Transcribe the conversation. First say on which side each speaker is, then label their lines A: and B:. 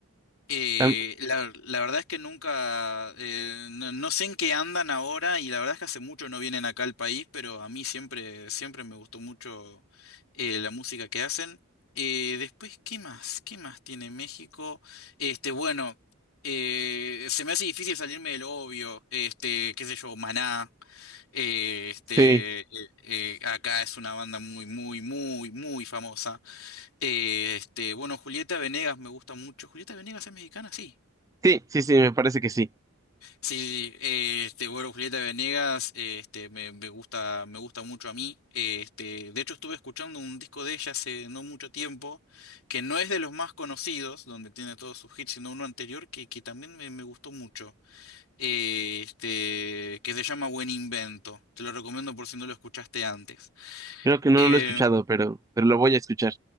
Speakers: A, on the left (about 70°); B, on the right (about 15°).
A: eh,
B: Tam-
A: la, la verdad es que nunca, eh, no, no sé en qué andan ahora y la verdad es que hace mucho no vienen acá al país, pero a mí siempre, siempre me gustó mucho eh, la música que hacen. Eh, después, ¿qué más? ¿Qué más tiene México? Este, bueno, eh, se me hace difícil salirme del obvio, este, qué sé yo, Maná. Eh, este,
B: sí,
A: eh, eh, acá es una banda muy, muy, muy, muy famosa. Eh, este, bueno, Julieta Venegas me gusta mucho. ¿Julieta Venegas es mexicana? Sí.
B: sí, sí, sí, me parece que sí.
A: Sí, sí, sí. eh, este, bueno, Julieta Venegas, eh, este, me, me gusta, me gusta mucho a mí. Eh, este, de hecho, estuve escuchando un disco de ella hace no mucho tiempo, que no es de los más conocidos, donde tiene todos sus hits, sino uno anterior que, que también me, me gustó mucho. Eh, este, que se llama Buen Invento. Te lo recomiendo por si no lo escuchaste antes.
B: Creo que no
A: Eh,
B: lo he escuchado, pero, pero lo voy a escuchar.